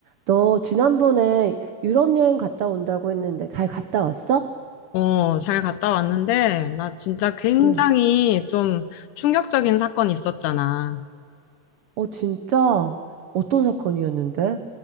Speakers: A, on the right; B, on the left.
A: 너 지난번에 유럽 여행 갔다 온다고 했는데 잘 갔다 왔어?
B: 어, 잘 갔다 왔는데, 나 진짜 굉장히
A: 응.
B: 좀 충격적인 사건이 있었잖아.
A: 어, 진짜? 어떤 사건이었는데?